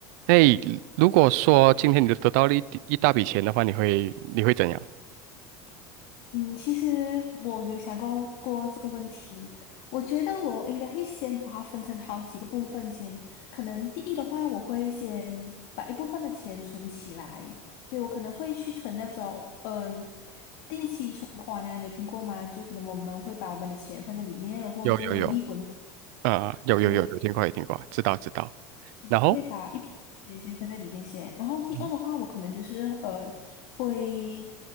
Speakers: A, on the right; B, on the left.
A: 哎，如果说今天你得到了一笔一大笔钱的话，你会你会怎样？
B: 嗯，其实我有想过过这个问题，我觉得我应该会先把它分成好几个部分先。可能第一的话，我会先把一部分的钱存起来，对，我可能会去存那种嗯存款啊，你有听过吗？就可能我们会把我们的钱放在里面，然后就会有利滚。
A: 有有有，啊、有有有有听过有听过，
B: 对。
A: 知道知道。然后，
B: 会把一部分钱先放在里面先。然后第二的话，
A: 嗯
B: 我可能就是呃，会